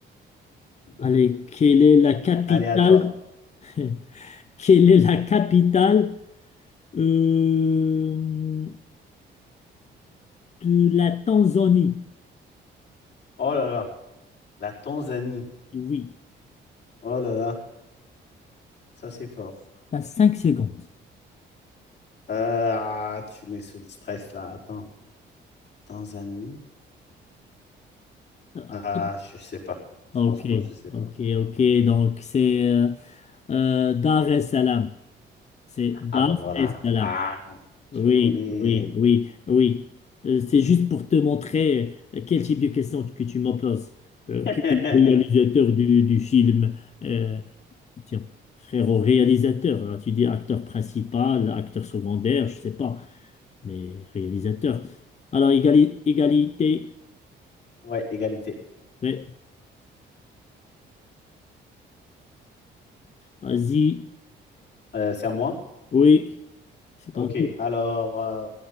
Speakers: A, on the left; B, on the left.
A: <laughs>
B: Allez, quelle est la capitale?
A: Allez, à toi.
B: <laughs> Quelle est la capitale euh, de la Tanzanie?
A: Oh là là, la Tanzanie.
B: Oui.
A: Oh là là, ça c'est fort.
B: T'as 5 secondes.
A: Euh, ah, tu mets sous le stress là. Attends, Tanzanie.
B: Ah,
A: Ah, je sais pas. Franchement,
B: Ok,
A: je sais
B: ok,
A: pas.
B: ok. Donc, c'est euh, euh, Dar es Salaam. C'est Dar
A: Ah bah voilà.
B: es Salaam.
A: Ah, je
B: Oui,
A: connais.
B: oui, oui, oui. Euh, c'est juste pour te montrer euh, quel type de question que tu me poses.
A: <laughs>
B: Euh, que le réalisateur du, du film, euh, tiens, frérot, réalisateur, hein, tu dis acteur principal, acteur secondaire, je sais pas, mais réalisateur. Alors, égali- égalité,
A: Ouais, égalité.
B: ouais, vas-y.
A: Euh, c'est à moi?
B: Oui, c'est
A: Ok.
B: ton tour.
A: Alors, euh,